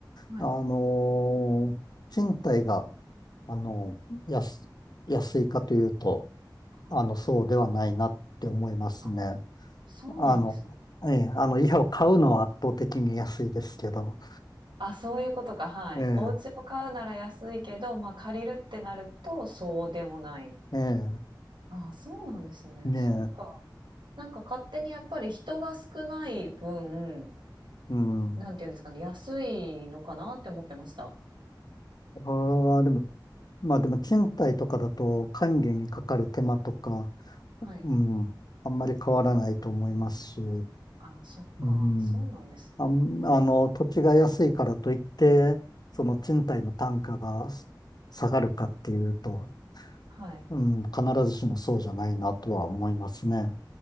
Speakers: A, on the right (about 80°); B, on the left (about 60°).
A: はい
B: あのー賃貸が、あの、安、安いかというと、
A: はい。
B: あの、そうではないなって思いますね。
A: あ、そうなんですね。
B: あの、ええ、あの、家を買うのは圧倒的に安いですけど、
A: あ、そういうことか、はい。
B: ええ
A: お家を買うなら安いけど、まあ、借りるってなるとそうでもない。
B: ええ
A: ああ、そうなんですね。
B: ねえ、
A: そっか。なんか勝手にやっぱり人が少ない分
B: うん。
A: なんていうんですかね、安いのかなって思ってました。
B: ああ、でも、まあでも賃貸とかだと管理にかかる手間とか、
A: はい。
B: うん、あんまり変わらないと思いますし、
A: あ、そっか、
B: うん。
A: そうなんですね。
B: あん、あの、土地が安いからといって、その賃貸の単価が下がるかっていうと、
A: はい。
B: うん、必ずしもそうじゃないなとは思いますね。